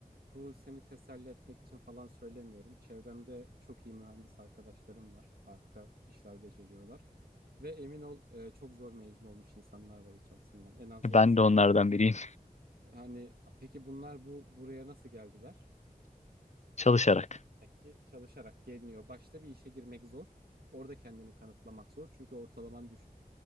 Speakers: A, on the right; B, on the left.
A: Bu seni teselli etmek için falan söylemiyorum. Çevremde çok iyi mühendis arkadaşlarım var. Harika işler beceriyorlar. Ve emin ol e, çok zor mezun olmuş insanlar var içerisinden. En az
B: Ben
A: yarısı
B: de onlardan
A: hem de.
B: biriyim
A: Hani peki bunlar bu buraya nasıl geldiler?
B: <laughs> çalışarak.
A: Demek ki çalışarak geliniyor. Başta bir işe girmek zor. Orada kendini kanıtlamak zor. Çünkü ortalaman düşük.